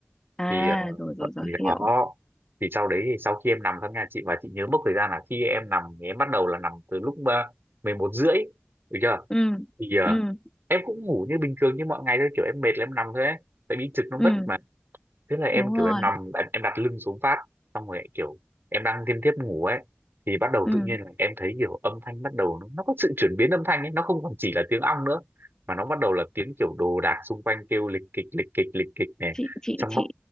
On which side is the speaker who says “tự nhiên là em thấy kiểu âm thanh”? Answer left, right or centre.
Right